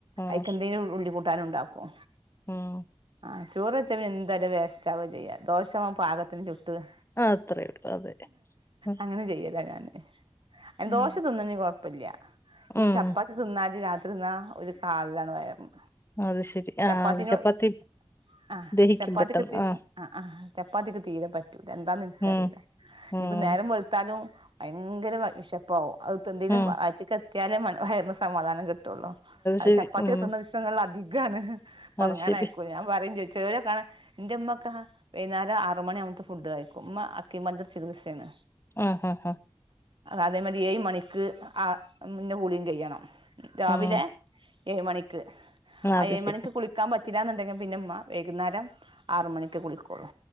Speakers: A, on the left; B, on the right.
A: ആഹ്
B: അക്കെന്തേം ഉള്ളിട്ട ട്ടാനും ണ്ടാക്കും
A: ഉം
B: ആ ചോറെച്ച എന്തായാലും വേസ്റ്റാവും ചെയ്യ ദോഷാവുമ്പം പാകത്തിന് ചുട്ടും
A: ആഹ് അത്രേയുള്ളൂ അതെ ഉം
B: അങ്ങനെ ചെയ്യല ഞാൻ അയിന്
A: ഉം
B: ദോഷതിന്ന്ന് കൊഴ പല്ല്യ ഈ
A: ഉം
B: ചപ്പാത്തി തിന്നാല് രാ തിന്നാ ഒരു കാളലാണ് വയറിന്
A: അത് ശരി
B: ചപ്പാത്തിനോട്
A: ആഹ്. അത് ചപ്പാത്തി
B: ആഹ്
A: ദഹിക്കും
B: ചപ്പാത്തി
A: പെട്ടെന്ന്
B: കെത്തി
A: ആഹ്
B: അ ആഹ് ചപ്പാത്തിക് തീരെ പ എന്താന്ന് ഇൻക്കറീല.
A: ഉം
B: ഇനിപ്പോ
A: ഉം
B: നേരം വെൾത്താലും ഭയങ്കര വ വെശപ്പാവും അവ് ന്തെനും
A: ഉം
B: അയച്കാ ട്ടിയാലെ മ വയർന് സമാധാനം കിട്ടു റ്ന്നൊ അത്
A: ശരി
B: ചപ്പാതെ
A: ഉം
B: തിന്ന ദിവസ്സങള ധികം ഗാണ്
A: അത്
B: ഒറങ്ങാനയക്കൊല്
A: ശരി
B: ആരെം ചോദിച്ച ഏ കാണ ഇന്റെമ്മൊക്ക വൈന്നേരം ആറ് മണിഅമ്ത്ത ഫുഡ് കഴിക്കും. ഇമ്മ അക്കിമഞ്ചർ ചികിത്സാണ്.
A: ആഹാഹാ
B: അതേ മതി. ഏഴ് മണിക്ക് ആ മുന്നെ ഉളീ കയ്യണം രാവിലേ
A: ഉം
B: ഏഴ് മണിക്ക് ആ
A: അത്
B: ഏഴ്
A: ശരി
B: മണിക്ക് കുളിക്കാ പ തിരാന്ന്ണ്ടെങ്കി പിന്നമ്മ വൈകുന്നേരം ആറ് മണിക്കെ കുളിക്കൊള്ളു